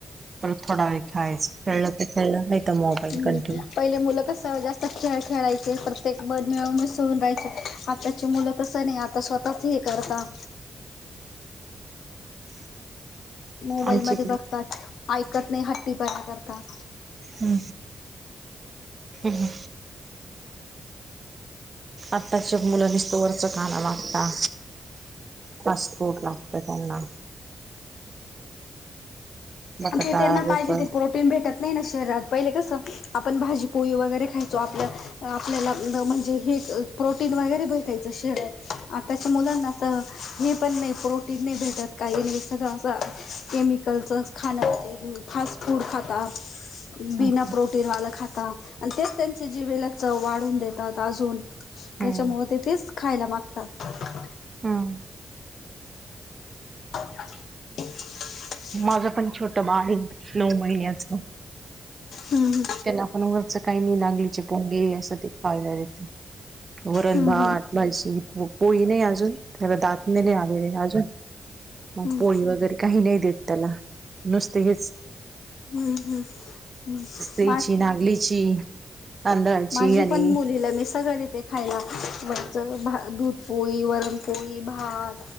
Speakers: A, on the right; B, on the left.
A: परत थोडा वेळ खेळाळच, खेळलं तर ते खेळलं नाही तर मोबाईल
B: हम्म
A: कंटिन्यू.
B: पहिले मुलं कसं जास्त खेळ खेळायचे प्रत्येक मन मिळुन मिसळून राहायचे. आताची मुलं तसं नाही आता स्वतःच हे करता.
A: <inaudible>
B: मोबाईल
A: आमच्या
B: मध्ये
A: इकडे
B: बघतात. ऐकत नाही हट्टीपणा करतात.
A: हम हं आत्ताचे मुलं नुसत वरच खाणं लागता फास्ट फूड लागत त्यांना बटाटा
B: ते त्यांना पाहिजे
A: वेफर
B: ते पु भेटत नाही ना शहरात पहिले कसं आपण भाजी पोळी वगैरे खायचो आपलं आपल्याला म्हणजे हे प्रोटीन वगैरे भेटायचं शरीराला त्याच्या मुलांना तर हे पण नाही, प्रोटीन नाही भेटत काही नाही सगळं असं केमिकलच. खाणं अस फास्ट फूड खाता बिना
A: हम्म
B: प्रोटीनवालं खातात. आणि तेच त्यांचे जीभेला चव वाढून देतात अजून त्याच्यामुळे
A: हम्म
B: ते तेच खायला मागतात.
A: हम्म
B: ह <inaudible>
A: माझं पण छोटं बाळ नऊ महिन्याच.
B: हम्म
A: त्यांना पण वरचं काही नाही. <unintelligible> असं ते खायला देते. वरण
B: हम्म
A: भात,
B: हम्म
A: भाजी पोळी - पोळी नाही अजून त्याला दात नाही आलेले अजून मग
B: हम्म
A: पोळी वगैरे काही नाही देत त्याला नुसत हेच
B: हम् हम् हम्
A: <unintelligible> तांदळाची
B: माझी
A: आणि
B: पण मुलीला आहे मी सगळं देते. खायला वरचं भा दूधपोळी, वरणपोळी, भात,